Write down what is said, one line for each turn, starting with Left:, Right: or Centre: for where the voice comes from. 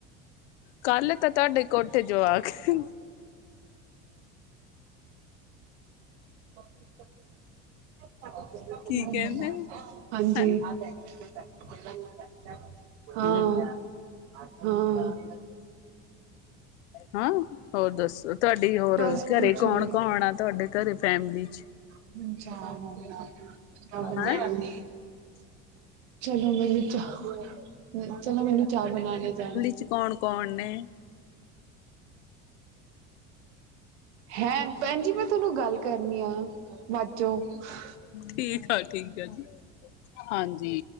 Left: ਕੱਲ ਤਾਂ ਤੁਹਾਡੇ ਕੋਠੇ ਜੋਆਕ ਸੀ
Right: ਹਾਂਜੀ
Left: ਕੀ ਕਹਿੰਦੇ
Right: ਹਾਂ।
Left: ਹੈਂ
Right: ਹਾਂ।
Left: ਹਮ ਹਾਂ ਹੋਰ ਦੱਸੋ ਤੁਹਾਡੀ ਹੋਰ
Right: ਬਸ
Left: ਘਰੇ
Right: ਕੁਛ
Left: ਕੌਣ
Right: ਹੋਰ
Left: ਕੌਣ ਆ ਤੁਹਾਡੇ ਘਰੇ ਫੈਮਿਲੀ ਚ।
Right: <unintelligible>
Left: ਹੈਂ
Right: ਚਲੋ ਮੈਨੂੰ ਚਾਹ ਚਲੋ ਮੈਨੂੰ ਚਾਹ ਬਣਾਣੇ ਜਾਣਾ
Left: ਵਿੱਚ ਕੌਣ ਕੌਣ ਨੇ
Right: ਹੈਂ ਭੈਣ ਜੀ ਮੈਂ ਤੁਹਾਨੂੰ ਗੱਲ ਕਰਨੀ ਆ <unintelligible>
Left: ਠੀਕ ਆ ਹ ਠੀਕ ਆ ਜੀ ਹਾਂਜੀ।